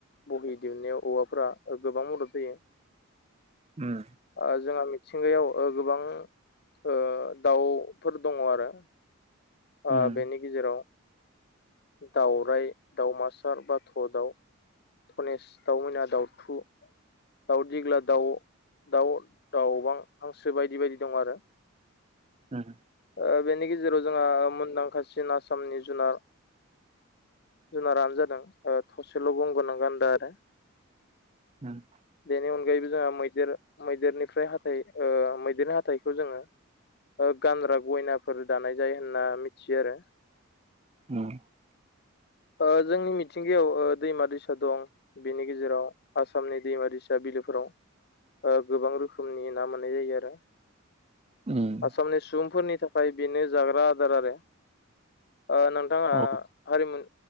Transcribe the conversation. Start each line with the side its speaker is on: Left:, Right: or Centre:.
Left: बहि दिहुननायाव औवाफोरा गोबां मदद जायो।
Right: उम
Left: दा जोंहा मिथिंगायाव ओ गोबां ओ दाउफोर दङ आरो ओ
Right: उम
Left: बेनि गेजेराव दाउराय दाउमासार बाथ' दाउ धनेस दाउमैना दाउथु दावदिग्ला दाउ दाउ दाउबां हांसो बायदि बायदि दं आरो।
Right: <inaudible>
Left: ओ बेनि गेजेराव जोंहा मुंदांखासिन आसामनि जुनार जुनारानो जादों ओ थसेल' गंगोनां गान्दा आरो
Right: उम
Left: बेनि अनगायैबो जोंहा मै देर मैदेरनिफ्राय हाथाइओ मैदेरनि हाथाइखौ जोङो ओ गानग्रा गयनाफोर दानाय जायो होनना मिथियो आरो।
Right: उम
Left: ओ जोंनि मिथिंगायाव ओ दैमा दैसा दं बिनि गेजेराव आसामनि दैमा दैसा बिलोफोराव ओ गोबां रोखोमनि ना मोननाय जायो आरो।
Right: उम
Left: आसामनि सुबुंफोरनि थाखाय बेनो जाग्रा आदार आरो। ओ नोंथाङा
Right: औ
Left: हारिमु